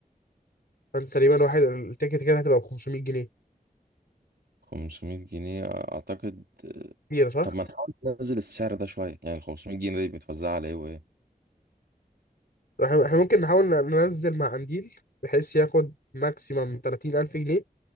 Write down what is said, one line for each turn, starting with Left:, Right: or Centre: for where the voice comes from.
Left: فانت تقريبا واحد التيكت كده هتبقى ب 500 جنيه
Right: 500 جنيه اعتقد آه،
Left: كتير صح؟
Right: طب ما نحاول ننزل السعر ده شويه يعني ال 500 جنيه دي بتوزع على ايه وايه
Left: احنا إحنا ممكن نحاول ننزل مع قنديل بحيث ياخد ماكسيمم 30000 جنيه